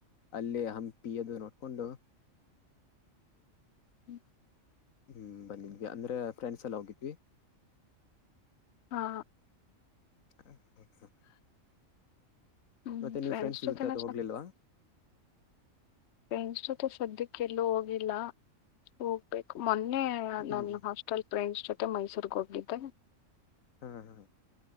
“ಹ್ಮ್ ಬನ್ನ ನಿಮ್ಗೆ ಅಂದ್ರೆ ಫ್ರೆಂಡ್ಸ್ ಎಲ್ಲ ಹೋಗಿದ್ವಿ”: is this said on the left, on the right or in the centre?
Left